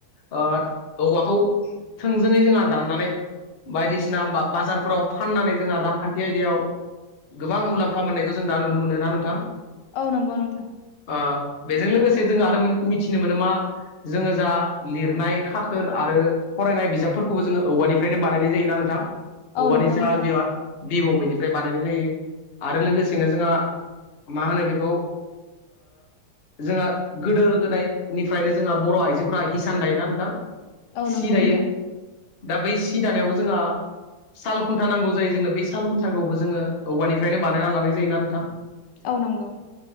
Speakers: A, on the left; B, on the left.
A: ओ औवाखौ थोंजोङै जोंहा दाननानै बायदिसिना फ्राव फाननानै जोंहा रांखान्थि आयदायाव गोबां मुलाम्फा मोननायखौ जों दा नुनो मोनो ना नोंथां
B: औ नंगौ नोंथां।
A: ओ बेजों लोगोसे जों आरो मिथिनो मोनो मा जोङो जा लिरनाय खाखोर आरो फरायनाय बिजाबफोरखौबो जोङो औवानिफ्रायनो बानायनाय जायोना नोंथां
B: औ
A: औवानि
B: नंगौ
A: जा
B: नोंथां
A: बेयाव बिनिफ्राय बानायनाय जायो आरो लोगोसेनो जोंहा मा होनो बेखौ जोंहा गोदो गोदायनिफ्रायनो जोंहा बर' आइजोफोरा हिसान दायोना नोंथां
B: औ
A: सि
B: नंगौ
A: दायो
B: नोंथां
A: दा बै सि दानायावबो जोंहा साल खुन्था नांगौ जायो जोंनो बे साल खुन्थाखौबो जोङो औवानिफ्रायनो बानायना लानाय जायोना नोंथां
B: औव नंगौ